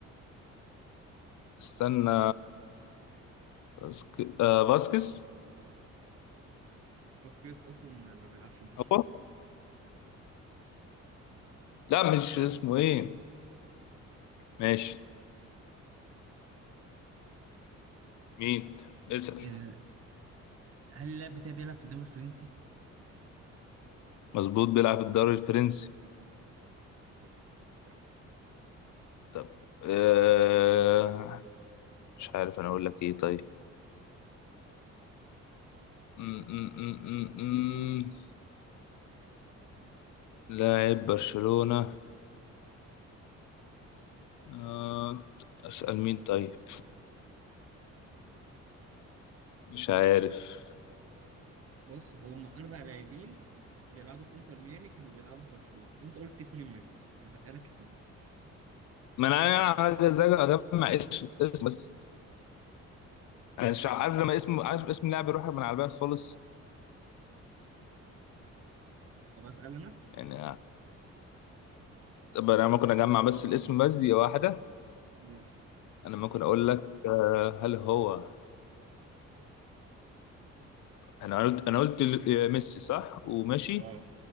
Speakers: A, on the left (about 75°); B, on the right (about 50°).
A: استنى باسك... آه باسكس
B: باسكيز أصلا ما بيلعبش في برشلونة
A: هو لا مش
B: لا
A: اسمه ايه ماشي مين اسأل
B: آه، هل اللاعب بتاعي بيلعب في الدوري الفرنسي؟
A: مظبوط بيلعب الدوري الفرنسي
B: تمام طب،
A: طب آه... مش عارف انا اقول لك ايه طيب م- م- م- م- م. لاعب برشلونة آه... اسأل مين طيب <laughs> مش عارف
B: بص هم اربع لاعبين بيلعبوا في انتر ميامي كانوا بيلعبوا في برشلونه انت قلت اتنين منهم بقى لك اتنين
A: ما انا انا عايز اجمع اسم اسم بس يعني مش عارف لما اسم عارف اسم اللاعب يروح من على البال خالص
B: طب اسال انا
A: يعني طب انا ممكن اجمع بس الاسم بس دي واحدة
B: ماشي
A: انا ممكن اقول لك آه، هل هو انا قلت انا قلت ال- آه، ميسي صح وماشي
B: اه